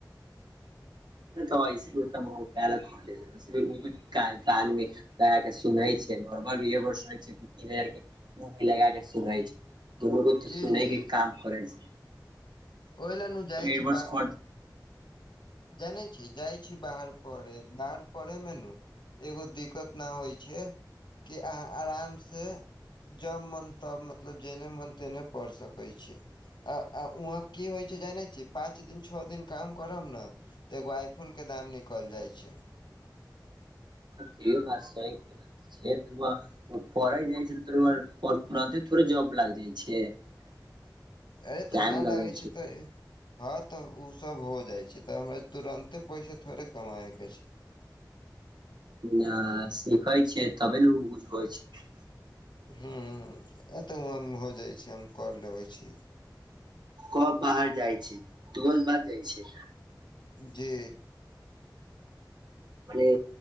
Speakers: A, on the right (about 75°); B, on the left (about 80°).
A: नहि तऽ एहिऐसी तऽ पल ख कानी के सुनै छै नॉर्मल भी तीन हजार के मूवी लगा के सुनै छै दुनू गो तऽ
B: जी
A: सुनै
B: जी
A: के काम जे प
B: ओहि लए नु जाइ
A: ए
B: छी
A: <unintelligible>
B: बा जानै छी जाई छी बाहर पढ़े बाहर पढ़े मे नू एगो दिक्कत नहि होई छै कि अहाँ आरामसँ जब मन तब मतलब जेने मान तेने पढ़ सकैत छै आ वहाँ कि होई छै जानै छी पाँच दिन छओ दिन काम करब ने तऽ एगो आइफोन के दाम निकल जाई छै
A: से बात सही कहलीऐ तर पढ़ै जाई छै तऽ तोर तुरते थोड़े जॉब लागि जाई छै <unintelligible>
B: अरे तऽ
A: टाइम
B: ना
A: लगै
B: लागे छै तऽ हँ तऽ ओ सभ हो जाई छै तऽ हमरा तुरन्ते पैसा थोड़े कमाई के छै
A: ना सिखै छियै तबे ने बुझबै छै
B: हूँ एतहु हम हो जाइत छै हम कर लेबे छी
A: कब बाहर जाई छै तऽ बाद जाई छै
B: जी
A: मने